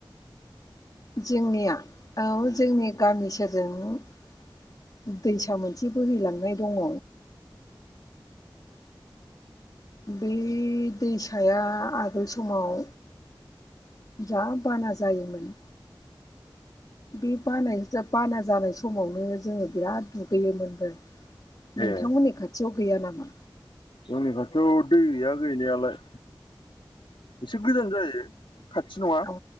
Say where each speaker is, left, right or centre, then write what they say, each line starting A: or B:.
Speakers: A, on the left; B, on the left.
A: जोंनिया औ जोंनि गामि सेरजों दैसा मोनसे बोहैलांनाय दङ बेै दैसाया आगोल समाव जा बाना जायोमोन बे बानाय बाना जानाय समावनो जोङो बिराद दुगैयोमोनबो नोंथांमोननि
B: ए
A: खाथियाव गैया नामा?
B: जोंनि खाथियाव दै गैया गैनायालाय एसे गोजान जायो। खाथि नङा
A: अ